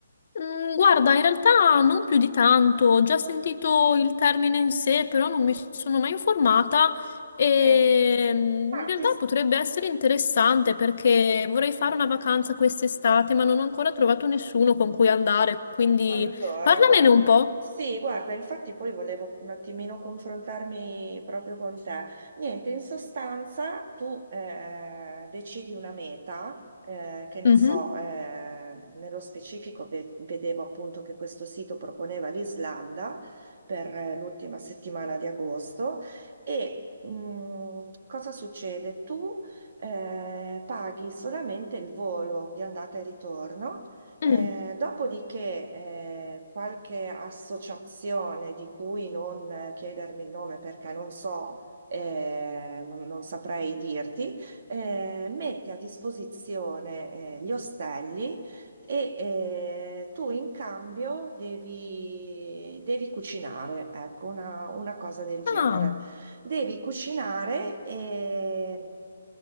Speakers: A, on the left; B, on the right.
A: Mm, Guarda, in realtà non più di tanto, ho già sentito il termine in sé, però non mi sono mai informata e
B: Sì.
A: mm,
B: Ma
A: in realtà
B: ti,
A: potrebbe essere interessante perché vorrei fare una vacanza quest'estate, ma non ho ancora trovato nessuno con cui andare, quindi
B: Allora,
A: parlamene
B: guarda,
A: un po'.
B: sì, guarda, infatti poi volevo un attimino confrontarmi proprio con te. Niente, in sostanza tu eh, decidi una meta, eh, che ne
A: Mhm.
B: so, eh, nello specifico ve- vedevo appunto che questo sito proponeva l'Islanda per eh, l'ultima settimana di agosto e mh, cosa succede? Tu eh, paghi solamente il volo di andata e ritorno
A: Mm.
B: eh, dopodiché, eh, qualche associazione di cui non eh, chiedermi il nome perché non so, eh, non, non saprei dirti, eh, mette a disposizione, eh, gli ostelli e, eh, tu in cambio devi, devi cucinare, ecco, una, una cosa del genere.
A: Ah,
B: Devi cucinare e